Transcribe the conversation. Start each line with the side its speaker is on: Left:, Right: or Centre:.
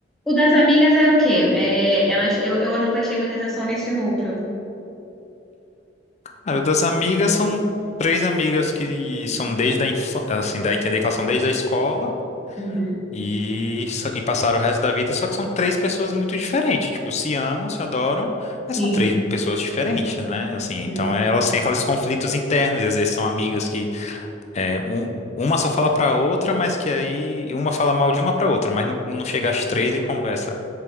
Centre: O das amigas era o quê? É, elas, eu, eu não prestei muita atenção nesse núcleo.
Left: Cara, o das amigas são três amigas que são desde a infância, assim, dá a entender que elas são desde a escola,
Centre: Uhum.
Left: E, só- e passaram o resto da vida, só que são três pessoas muito diferentes. Tipo, se amam, se adoram,
Centre: Sim.
Left: mas são três pessoas diferentes, né? Assim, então
Centre: Uhum.
Left: elas têm aqueles conflitos internos, e às vezes são amigas que é, um, uma só fala pra outra, mas que aí uma fala mal de uma pra outra, mas não, não chega às três e conversa